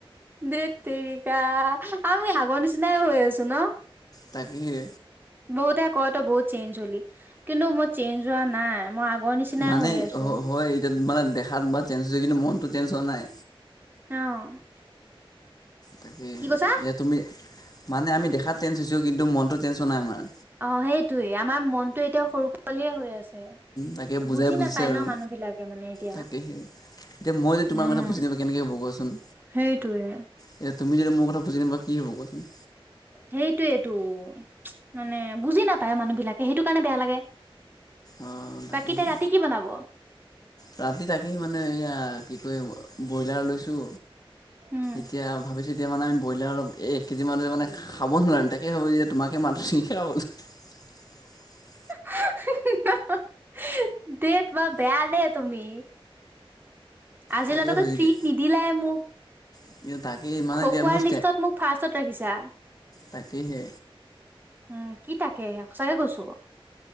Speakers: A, on the right; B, on the left.
A: ধেৎ তেৰিকা, আমি আগৰ নিচিনাই হৈ আছো ন'?
B: তাকেহে।
A: বহুতে কয়, তই বহুত চেঞ্জ হলি! কিন্তু, মই চেঞ্জ হোৱা নাই, মই আগৰ নিচিনাই
B: মানে
A: হৈ আছোঁ।
B: হয় এতিয়া মানে, দেখাত বা চেঞ্জ হৈছে, কিন্তু, মনটো চেঞ্জ হোৱা নাই।
A: অ'!
B: তাকে,
A: কি কৈছা
B: এ, তুমি মানে, আমি দেখাত চেঞ্জ হৈছোঁ। কিন্তু, মনটো চেঞ্জ হোৱা নাই আমাৰ।
A: অ'! সেইটোৱে, আমাৰ মনতটোৱে এতিয়া সৰু পোৱালিয়ে হৈ আছে।
B: তাকে বুজাই
A: বুজি
B: বুজিছে
A: নাপায়
B: আৰু
A: ন' মানুহ বিলাকে। মানে এতিয়া
B: তাকেহে, এতিয়া মই যদি তোমাৰ
A: উম
B: কথা বুজি নাপালে, কেনেকে হ'ব কোৱাচোন?
A: সেইটোয়ে
B: এতিয়া তুমি যদি মোৰ কথা বুজি নোপোৱা কি হ'ব কোৱাচোন?
A: সেইটোৱেইটো। মানে বুজি নাপায় মানুহ বিলাকে সেইটো কাৰণে বেয়া লাগে।
B: অঁ তাকেহে
A: বাকি তাই ৰাতি কি বনাব?
B: ৰাতি তাকেই মানে এয়া কি কয় ব্ৰইলাৰ লৈছোঁ,
A: উম
B: এতিয়া ভাবিছিল এতিয়া মানে আমি বইলাৰ অলপ এক কেজি মানে মানে খাব নোৱাৰিম তাকেই ভাবিছোঁ, তোমাকে মাটো নেকি খাবলে। <unintelligible>
A: <unintelligible> ধেৎ বৰ বেয়া দেই তুমি। আজিৰ
B: তাকে
A: লৈকেটো
B: ভাবিছোঁ
A: ট্ৰিট নিদিলাই মোক।
B: এতিয়া তাকে মানে
A: খকুৱাৰ
B: এতিয়া মোৰ
A: লিষ্টত মোক ফাৰ্ষ্টত ৰাখিছা।
B: তাকেহে
A: উম কি তাকে সঁচাকে কৈছো।